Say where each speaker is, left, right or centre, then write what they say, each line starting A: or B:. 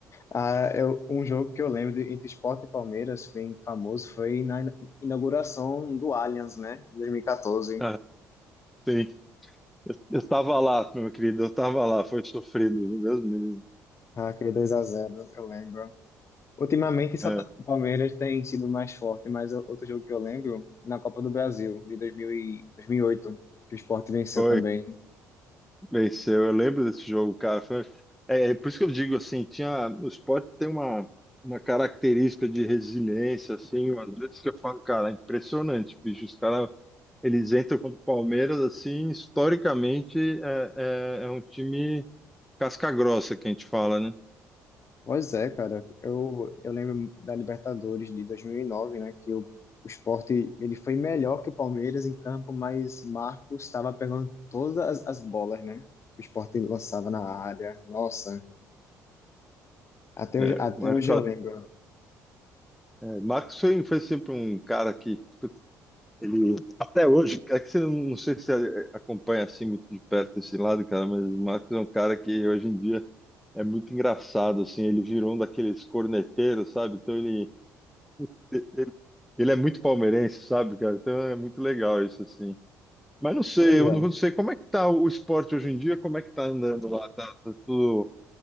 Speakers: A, on the left; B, in the centre.
A: Ah, eu, um jogo que eu lembro de, entre Sport e Palmeiras, bem famoso, foi na ina- inauguração do Allianz, né? Em 2014.
B: Ah, sim. Eu, eu tava lá, meu querido, eu tava lá, foi sofrido, meu Deus me livre.
A: Ah, aquele dois a zero, eu lembro. Ultimamente, só
B: É,
A: tá- o Palmeiras tem sido mais forte, mas o- outro jogo que eu lembro, na Copa do Brasil, de dois mil e 2008 que o Sport venceu
B: foi,
A: também.
B: venceu. Eu lembro desse jogo, cara. Foi... É, é por isso que eu digo assim, tinha, o esporte tem uma, uma característica de resiliência, assim, às vezes que eu falo, cara, é impressionante, bicho. Os caras Eles entram contra o Palmeiras, assim, historicamente é, é, é um time casca grossa que a gente fala, né?
A: Pois é, cara. Eu, eu lembro da Libertadores de 2009, né? Que o, o Sport ele foi melhor que o Palmeiras em campo, mas Marcos estava pegando todas as, as bolas, né? Que o Sport lançava na área. Nossa, até
B: É,
A: hoje, até
B: o Marcos,
A: hoje eu lembro.
B: é, Marcos foi, foi sempre um cara que ele, até hoje, é que você não, não sei se você acompanha assim muito de perto esse lado, cara, mas o Marcos é um cara que hoje em dia é muito engraçado, assim, ele virou um daqueles corneteiros, sabe? Então ele, ele, ele é muito palmeirense, sabe, cara? Então é muito legal isso, assim. Mas não sei,
A: Pois
B: eu
A: é.
B: não sei como é que tá o esporte hoje em dia, como é que tá andando lá, tá, tá tudo